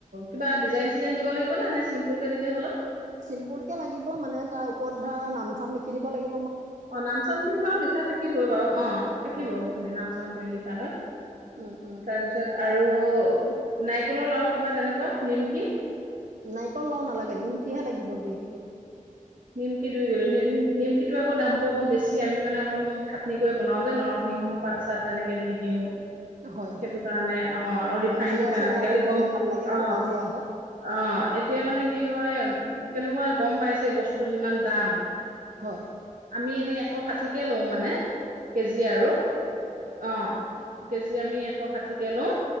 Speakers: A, on the right; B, on the right.
A: কিবা ডিজাইন চিজাইন দিব লাগিব নে, নে চিম্পুল কে দিলেই হ'ল।
B: চিম্পুল কে লাগিব মানে তাৰ ওপৰত ধৰা নাম চাম লিখি দিব লাগি
A: অ নাম চাম খিনি বাৰু লিখা থাকিবই বাৰু, অ থাকিব
B: অঁ
A: সেইখিনি নাম চাম খিনি লিখা হয়
B: উম উম
A: তাৰপিছত আৰু ত, নাৰিকলৰ লাৰু কিবা তেনেকুৱা নিমকি
B: নাৰিকল লাৰু নালাগে, নিমকিহে লাগিব দুই কিলো।
A: নিমকি দুই কিলো, নি নিম নিমকিটো আকৌ দামটো অকণ বেছি আমি মানে অকণ খাটনি কৰি বনাওঁ যে নৰসিংহ পাত চাত তেনেকে দি দিওঁ।
B: হয়
A: সেইটো
B: হয়
A: কাৰণে অ আৰু ৰিফাইন
B: জিৰা
A: চিফাইন
B: চিৰা
A: আজিকালি
B: অলপ
A: গম,
B: দিলে ভাল লাগে
A: অ,
B: ক'লা জিৰা হওক
A: অ এতিয়া মানে কি হয় কেনেকোৱা গম পাইছে বস্তুৰ যিমান দাম
B: হয় হয়
A: আমি এনেই এশ ষাঠিকে লওঁ মানে। কেজি আৰু অ, কেজি আমি এশ ষাঠিকে লও,